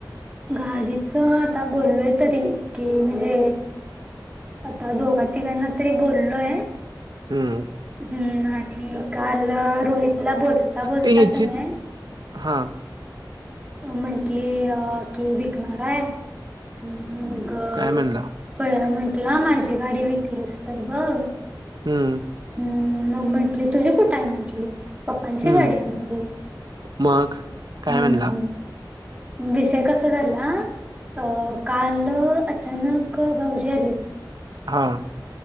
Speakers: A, on the right; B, on the right.
A: गाडीच आता बोललोय तरी कि म्हणजे आता दोघा तिघांना तरी बोललोय
B: हम्म.
A: हम्म आणि काल रोहितला बोलता बोलता
B: ते ह्याचीच
A: का नाही.
B: हा.
A: म्हंटली अ की विकणार आहे मग
B: काय म्हणला?
A: प म्हंटलं माझी गाडी विकलीस तर बघ.
B: हम्म.
A: हम् मग म्हंटली तुझी कुठ आहे म्हंटली. पप्पांची
B: हम्म.
A: गाडीली
B: मग काय
A: हम्म.
B: म्हणला?
A: विषय कसा झाला. अ काल अचानक भाऊजी आले.
B: हां